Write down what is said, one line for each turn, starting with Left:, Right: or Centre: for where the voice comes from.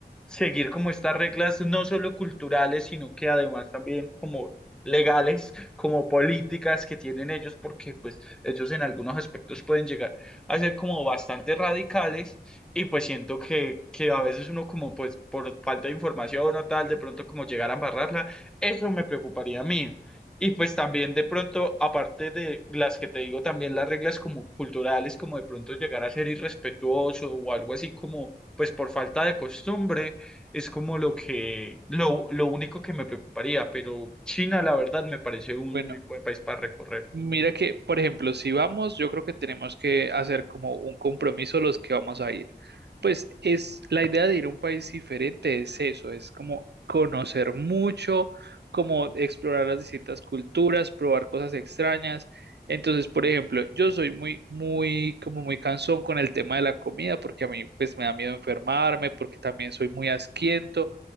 Centre: seguir como estas reglas no solo culturales, sino que además también como legales como políticas que tienen ellos, porque pues ellos en algunos aspectos pueden llegar a ser como bastante radicales y pues siento que, que a veces uno como pues por falta de información o tal, de pronto como llegar a embarrarla, eso me preocuparía a mí. Y pues también de pronto, aparte de las que te digo, también las reglas como culturales, como de pronto llegar a ser irrespetuoso o algo así como pues por falta de costumbre es como lo que, lo, lo único que me preocuparía, pero China, la verdad, me parece un
Right: Bueno,
Centre: muy buen país para recorrer.
Right: mira que, por ejemplo, si vamos, yo creo que tenemos que hacer como un compromiso los que vamos a ir. Pues es la idea de ir a un país diferente, es eso, es como conocer mucho, como explorar las distintas culturas, probar cosas extrañas. Entonces, por ejemplo, yo soy muy, muy, como muy cansón con el tema de la comida, porque a mí pues me da miedo enfermarme, porque también soy muy asquiento.